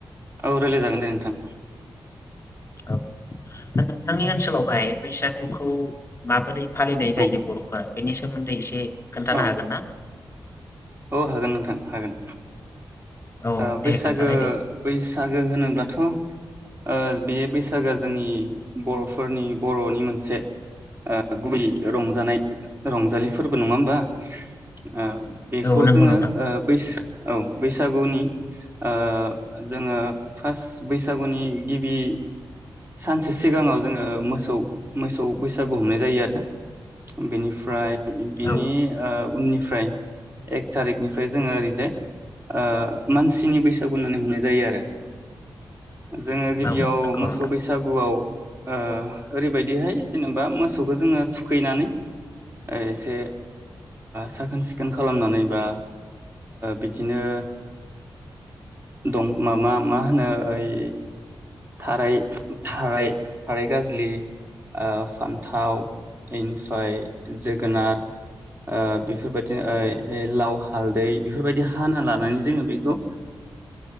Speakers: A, on the right; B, on the left.
A: औ रायलाय जागोन दे नोंथां।
B: औ दा नोंथांनि ओनसोलावहाय बैसागुखौ माबोरै फालिनाय जायो
A: औ
B: बर'फोरा बेनि सोमोन्दै एसे खोन्थानो
A: औ
B: हागोन ना
A: औ हागोन नोंथां हा गोन।
B: औ
A: ओ
B: दे
A: बैसागो
B: खोन्थानाय दे
A: बैसागो होनोब्लाथ' ओ बे बैसागोआ जोंनि बर'फोरनि बर'नि मोनसे ओ गुबै रंजानाय रंजालिफोरबो नङा होनबा? ओ बेखौ
B: औ नंगौ
A: जोङो
B: नोंथां
A: ओ बैस औ बैस सागुनि ओ जोङो फार्स्ट बैसागुनि गिबि सानसे सिगाङाव जोङो मोसौ मोसौ बैसागु हमनाय जायो आरो। बिनिफ्राय बिनि
B: औ
A: ओ उननिफ्राय। एक थारिकनिफ्राय जोङो ओरैजाय ओ मानसिनि बैसागु होननानै हमनाय जायो आरो। जोङो गिबियाव
B: औ नंगौ
A: मोसौ
B: नोंथां
A: बैसागुआव ओ ओरैबायदिहाय जेनेबा मोसौखौ जोङो थुखैनानै ओ एसे साखोन सिखोन खालामनानै बा बिदिनो दं माबा मा होनो ओइ थाराय थाराय थाराय गाजलि फान्थाव इनफाय जोगोनार बेफोरबायदिनो लाव हालदै बेफोरबायदि हाना लानानै जोङो बेखौ